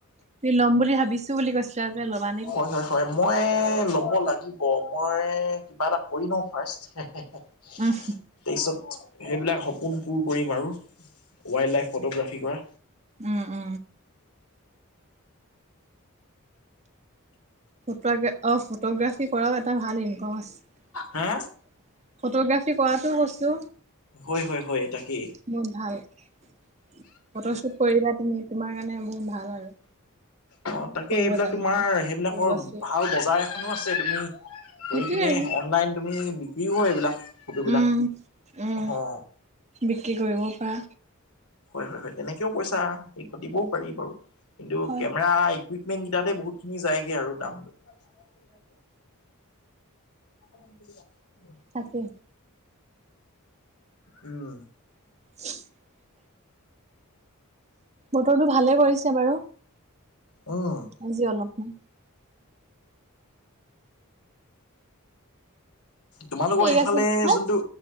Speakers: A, on the right; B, on the left.
A: <unintelligible> ল'ম বুলি ভাবিছো বুলি কৈছিলা যে ল'বা নেকি?
B: হয় হয় হয় মই ল'ব লাগিব মই কিবা এটা কৰি লওঁ ফাৰ্ষ্ট হে- হে।
A: উম,
B: তেইছব সেইবিলাক সপোন পুৰ কৰিম আৰু ৱাইল্ড লাইফ ফটোগ্ৰাফীকৰ।
A: উ-উ ত' আগে অ, ফটোগ্ৰাফী কৰাও এটা ভাল ইনকম আছে।
B: হা
A: ফটোগ্ৰাফী কৰাটোও কৈছো।
B: হয়-হয়-হয় তাকেই।
A: বহুত ভাল ফটোশ্বুট কৰিবা তুমি তোমাৰ কাৰণে বহুত ভাল আৰু।
B: অ, তাকে
A: কৰিব
B: সেইবিলাক
A: জানিলে।
B: তোমাৰ সেইবিলাকৰ
A: বস্তু
B: ভাল বজাৰ এখনো আছে তুমি কৰি
A: সেইটোয়ে
B: পিনে
A: আৰু
B: অনলাইন তুমি বিক্ৰীও হয় এইবিলাক ফটোবিলাক
A: উম উম
B: অ,
A: বিক্ৰী কৰিবও পাৰা।
B: হয়-হয়-হয় এনেকেও পইচা সেই দিবও পাৰি বাৰু কিন্তু
A: হয়
B: কেমেৰা কুইপমেণ্ট কিটাতে বহুতখিনি যায়গে আৰু দামটো। <unintelligible> <unintelligible>
A: তাকে।
B: উম,
A: <unintelligible> বতৰটো ভালে কৰিছে বাৰু।
B: উম,
A: এইযে অলপমান
B: তোমালোকৰ
A: ঠিক
B: সেইফালে
A: আছে হা
B: যোনটো